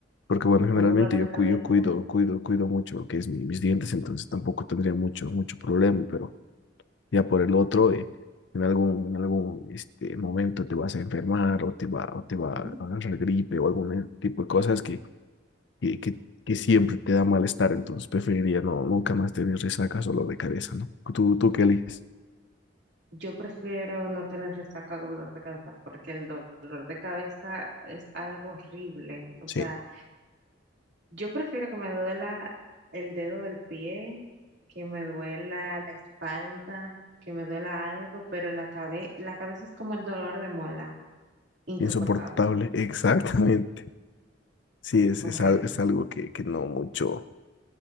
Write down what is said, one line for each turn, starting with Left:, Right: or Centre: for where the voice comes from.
Left: porque bueno, generalmente
Right: un dolor de
Left: yo,
Right: cabeza,
Left: cu- yo cuido, cuido, cuido mucho lo que es mi- mis dientes, entonces tampoco tendría mucho, mucho problema, pero ya por el otro, eh, en algún, en algún este, momento te vas a enfermar o te va, o te va a
Right: ¿no?
Left: agarrar gripe o algún tipo de cosas que, que, que, que siempre te da malestar, entonces preferiría no, nunca más tener resacas o dolor de cabeza, ¿no? ¿Tú, tú qué eliges?
Right: yo prefiero no tener resaca, o dolor de cabeza, porque el do- dolor de cabeza es algo horrible. O
Left: Sí,
Right: sea, yo prefiero que me duela el dedo del pie, que me duela la espalda, que me duela algo, pero la cabe- la cabeza es como el dolor de muela. insoportable,
Left: insoportable, <laughs> exactamente. Sí, es,
Right: horrible,
Left: es, al- es algo que, que no mucho,